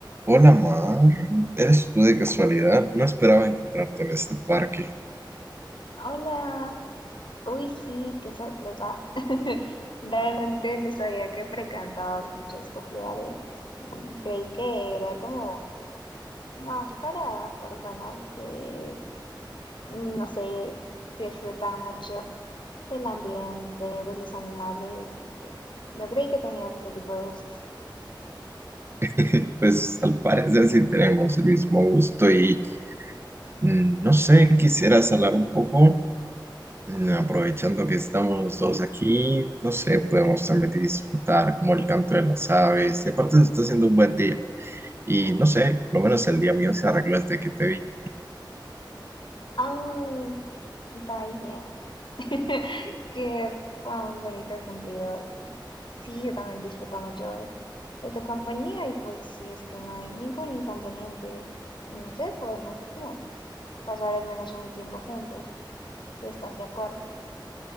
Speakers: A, on the right; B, on the left.
A: Hola Mar, ¿eres tú de casualidad? No esperaba encontrarte en este parque.
B: Hola, uy sí, qué sorpresa. <laughs> Realmente no sabía que frecuentabas mucho estos lugares. Mm, Creí que era como más para personas que, mm, no sé, disfrutan mucho del ambiente, de los animales y pues no creí que tenías ese tipo de gustos.
A: <laughs> Pues al parecer sí tenemos el mismo gusto y mm, no sé, quisieras hablar un poco, Mm, aprovechando que estamos los dos aquí, no sé, podemos también disfrutar como el canto de las aves y aparte se está haciendo un buen día y no sé, por lo menos el día mío se arregló desde que te vi.
B: Ah, vaya. <laughs> Que fue un bonito cumplido y sí, yo también disfruto mucho de, de tu compañía y pues si es que no hay ningún inconveniente, no sé, podemos como pasar al menos un tiempo juntos, si estás de acuerdo.